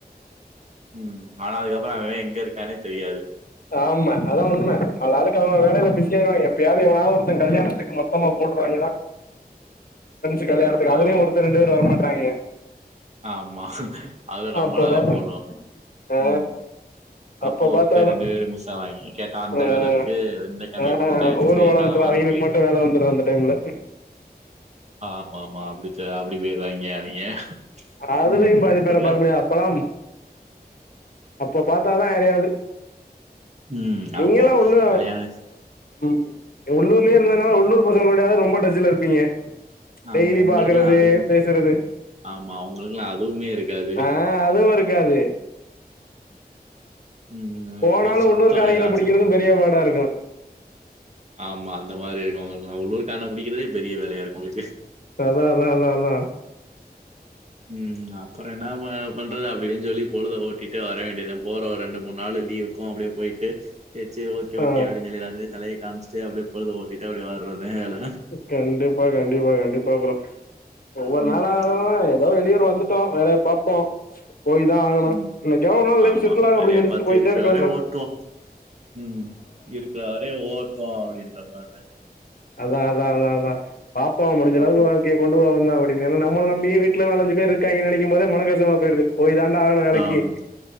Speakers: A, on the right (about 45°); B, on the left (about 60°).
A: ம் ஆனா அதுக்கப்ற அவ எங்க இருக்கானே தெரியாது
B: ஆமா அதா உண்ம ஆள் ஆளுக்கு அவ வேலயில பிசியாயிருவா எப்பயாது எவனாது ஒர்த்த கல்யாணத்துக்கு மொத்தமா போட்றங்களா
A: <inaudible>
B: ஃப்ரென்சு கல்யாணத்துக்கு அதுலயு
A: ஆம்
B: ஒருத்த ரெண்டு பேர் வரமாட்டாங்க
A: ஆமா அதுல நம்மளாவே
B: அப்ப பாத்தா
A: போடனு
B: ஆ
A: ம் அப்போ
B: அப்ப
A: ஒருத்த
B: பாத்தாதா
A: ரெண்டு பேர் மிஸ் ஆவாங்க கேட்டா அந்த
B: ஆ
A: வேல இருக்கு இந்த கமிட்மெண்ட்
B: ஆ
A: ஆயிடுச்சு
B: ஊர் உலகத்துல
A: என்னால வர
B: அவங்களிக்கு
A: முடியா
B: மட்டு வேல வந்துரு அந்த டைம்ல
A: ஆ ஆமா ஆமா அப்டி அப்டி போயிர்வாங்க அவிங்க
B: அதுலயு
A: ம்
B: பாதிபேர
A: அப்டிதா
B: பாக்க அப்பல்லா அப்ப பாத்தாதா யாரையாது
A: ம்
B: நீங்கல்லா
A: ஆமா
B: ஒண்ணு
A: கல்யாண
B: ம் உள்ளூர்லய இருந்ததுனால உள்ளூர் பசங்களுடையாது ரொம்ப டச்ல இருப்பீங்க டெய்லி
A: ஆமா உங்களுக்குல்லா
B: பாக்குறது
A: அதுவு
B: பேசுறது
A: ஆமா அவங்களுக்குல்லா அதுவுமே இருக்காது
B: ஆ அதுவு ஒரு இருக்காது
A: ம்
B: போனாலு
A: உங்களுக்கு சுத்தோ
B: உள்ளூர் காரங்கள
A: ஏதாச்சு
B: பிடிக்கிறது பெரிய பாடா இருக்கு
A: ஆமா அந்த மாரி இருக்கவங்களுக்குல்லா உள்ளூரு கான பிடிக்கிறதே பெரிய வேலையா இருக்கு உங்களுக்கு
B: அதா அதா அதா அதா
A: ம் அப்ற என்ன பண்றது அப்டின்னு சொல்லி பொழுத ஓட்டிட்டு வர வேண்டியதா போற ஒரு ரெண்டு மூணு நாள் லீவ் போ அப்டியே போயிட்டு ச்ச சர் ஓகே
B: ஆ
A: ஓகே அப்டின் சொல்லி எல்லாத்துட்டயு தலய காம்ச்சுட்டு அப்டியே பொழுத ஓடிட்டு அப்டியே வர்றதா வேல
B: கண்டிப்பா கண்டிப்பா கண்டிப்பா ப்ரோ ஒவ்வொரு
A: ம்,
B: நாள ஆ தோ வெளியூர் வந்துட்டோ வேலாய பாப்போ போய் தா ஆகணு
A: ம்.
B: எனைக்கா ஒரு நாள் லைப்ஃ
A: ஆமா.
B: செட்லாகு
A: வேலைய
B: அப்டினு நினச்சிட்டு
A: பாத்து
B: போயிட்டே
A: இருக்கிற
B: இருக்கே
A: வர
B: வேண்டியாத
A: ஓட்டுவோம். ம் இருக்குற வரையு ஓட்வோ அப்டின்ற மாரி தா
B: அதா அதா அதா பாப்போ முடிஞ்ச அளவுக்கு
A: அப்டியே
B: கொண்டு போகந்த அப்டின் நம்ம நம்பமைய வீட்ட நாலஞ்சு பேர் இருக்காங்கே நினைக்கு போது மன கசப்பு போடுது போய் தாண்டா ஆகனு வேலக்கி
A: ஆமா.